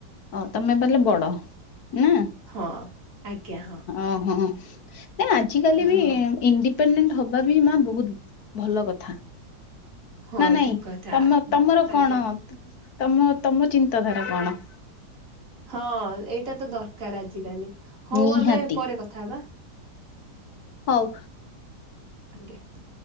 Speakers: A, on the left (about 60°); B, on the right (about 45°).
A: ଓ ତମେ ବଲେ ବଡ ନା
B: ହଁ ଆଜ୍ଞା ହଁ।
A: ଓହୋ। ନା ଆଜିକାଲି ବି
B: ହଁ
A: ଇଣ୍ଡିପେଣ୍ଡେଣ୍ଟ ହବା ବି ମା ବହୁତ ଭଲ କଥା।
B: ହଁ
A: ନା ନାଇଁ
B: ଠିକ କଥା
A: ତମ ତମର
B: ଆଜ୍ଞା।
A: କଣ? ତମ ତମ ଚିନ୍ତାଧାରା କଣ?
B: ହଁ ଏଇଟା ତ ଦରକାର ଆଜିକାଲି ହଉ
A: ନିହାତି
B: ଆମେ ପରେ କଥା ହବା।
A: ହଉ।
B: ଆଜ୍ଞା।